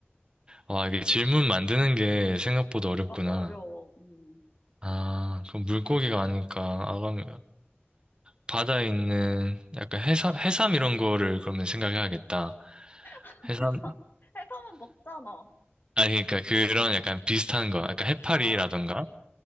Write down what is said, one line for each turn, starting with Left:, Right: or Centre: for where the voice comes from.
Right: 와, 이게 질문 만드는 게 생각보다 어렵구나.
Left: 맞아, 어려워. 음.
Right: 아, 그럼 물고기가 아닐까. 아, 그럼 바다에 있는 약간 해삼, 해삼 이런 거를 그러면 생각해야겠다.
Left: <laughs>
Right: 해삼,
Left: 해삼, 해삼은 먹잖아.
Right: 아니, 그러니까 그런 약간 비슷한 거, 약간 해파리라던가?
Left: 아,